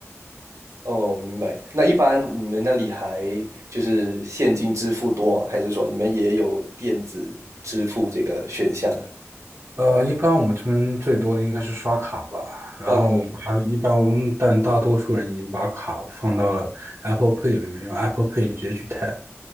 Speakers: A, on the right; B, on the right.
A: 哦，明白。那一般你们那里还就是现金支付多，还是说你们也有电子支付这个选项呢？
B: 呃，一般我们这边最多的应该是刷卡吧，然后把一般我们但大多数人已经把卡放到了
A: 刷卡
B: Apple Pay 里面，用 Apple Pay 直接去 tap。